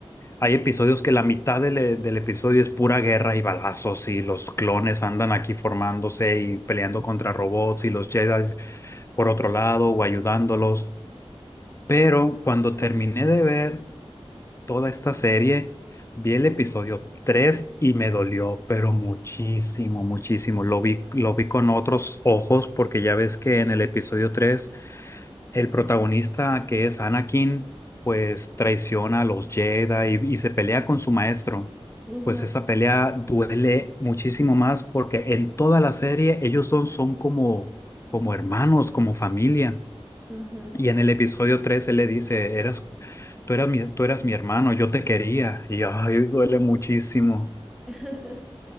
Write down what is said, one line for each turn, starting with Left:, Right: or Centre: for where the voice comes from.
Left: Hay episodios que la mitad del, eh, del episodio es pura guerra y balazos y los clones andan aquí formándose y peleando contra robots y los Jedi por otro lado o ayudándolos. Pero cuando terminé de ver toda esta serie, vi el episodio 3 y me dolió, pero muchísimo, muchísimo. Lo vi, lo vi con otros ojos porque ya ves que en el episodio 3 el protagonista, que es Anakin, pues traiciona a los Jedi y, y se pelea con su maestro.
Centre: Ujú.
Left: Pues esa pelea duele muchísimo más porque en toda la serie ellos dos son como, como hermanos, como familia.
Centre: Ajá.
Left: Y en el episodio 3 él le dice, eras, tú eras mi, tú eras mi hermano, yo te quería. Y ay, duele muchísimo.
Centre: <laughs>